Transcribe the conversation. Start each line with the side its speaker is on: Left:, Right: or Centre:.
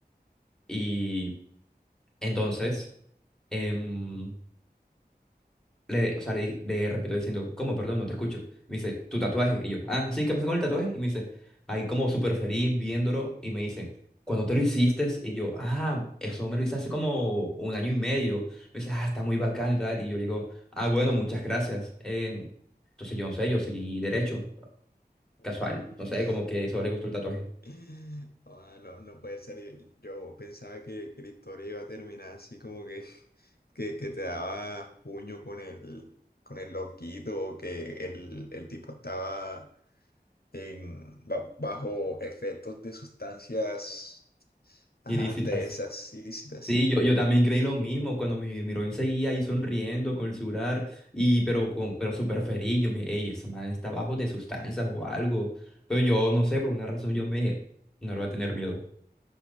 Centre: Y entonces, em, le, o sea, le, di- le repito diciendo, ¿cómo? Perdón, no te escucho. Me dice, ¿tu tatuaje? Y yo, ah, sí, ¿qué pasó con el tatuaje? Y me dice, ahí como súper feliz viéndolo. Y me dice, ¿cuándo te lo hiciste? Y yo, ah, eso me lo hice hace como un año y medio. Me dice, ah, está muy bacano y tal. Y yo le digo, ah, bueno, muchas gracias. Em, entonces, yo no sé, yo seguí derecho,
Left: <laughs> Uy.
Centre: casual. No sé, como que eso le gustó el tatuaje.
Left: <laughs> Ah, no, no puede ser. Yo pensaba que, que la historia iba a terminar así como que, <laughs> que, que te daba puño con el, con el loquito o que el, el tipo estaba en, ba- bajo efectos de sustancias ajá,
Centre: Irisitas.
Left: de esas ilícitas.
Centre: Sí, yo, yo también creí lo mismo cuando mi Miroin seguía ahí sonriendo con el celular, y, pero, con, pero súper feliz. Yo me dije, "Ey, ese man está bajo de sustancias o algo. Pero yo no sé, por una razón yo me dije, no le voy a tener miedo.